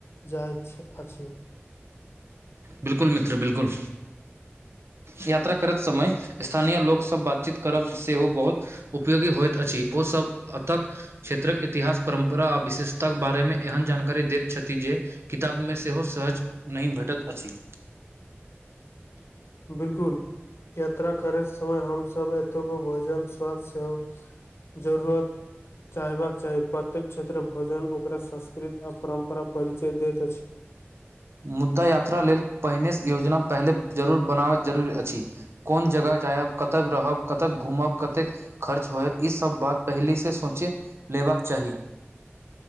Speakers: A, on the left (about 65°); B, on the right (about 65°).
A: जाइछ अछि।
B: बिल्कुल मित्र बिल्कुल। यात्रा करैत समय स्थानीय लोकसब बातचीत करब सेहो बहुत उपयोगी होइत अछि ओसभ अतक क्षेत्रक इतिहास परम्परा आ विशेषताके बारेमे एहन जानकारी दैत छथि जे किताबमे सेहो सहज नहि भेटत अछि।
A: <inaudible> बिलकुल यात्रा करे समय हमसभ एतुको भोजन स्वाद सेहो जरूरत चाहेबाक चाही प्रत्येक क्षेत्र भोजन ओकरा संस्कृत आ परम्परा परिचय दैत अछि
B: मुद्दा यात्रा लेल पहिनेसँ योजना पहिले जरूर बनाबै जरूरी अछि कोन जगह जायब कतय रहब कतय घूमब कतेक खर्च होयत ई सब बात पहिलि से सोचे लेबाक चाही